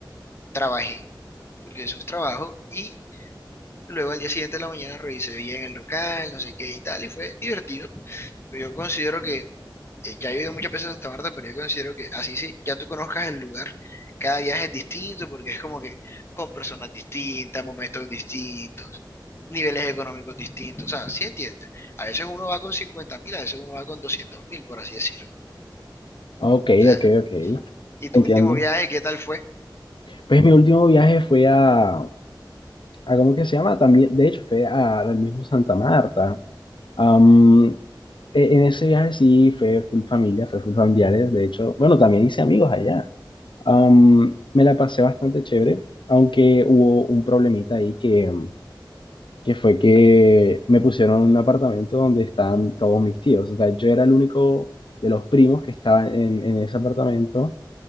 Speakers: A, on the left (about 30°); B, on the left (about 80°).
A: trabajé, porque eso es trabajo, y luego al día siguiente de la mañana revisé bien el local, no sé qué y tal, y fue divertido. Yo considero que, eh, ya he ido muchas veces a Santa Marta, pero yo considero que así sí, ya tú conozcas el lugar, cada viaje es distinto porque es como que con personas distintas, momentos distintos, niveles económicos distintos, o sea, sí entiendes. A veces uno va con cincuenta mil, a veces uno va con doscientos mil, por así decirlo.
B: ok,
A: Ah,
B: ok, ok,
A: ¿Y tu
B: entiendo.
A: último viaje, qué tal fue?
B: Pues mi último viaje fue a, a ¿cómo que se llama? También, de hecho, fue a- al mismo Santa Marta. Am, e- en ese viaje sí fue full familia, fue full familiares, de hecho, bueno, también hice amigos allá. Am, me la pasé bastante chévere, aunque hubo un problemita ahí que, em, que fue que me pusieron en un apartamento donde estaban todos mis tíos. O sea, yo era el único de los primos que estaba en, en ese apartamento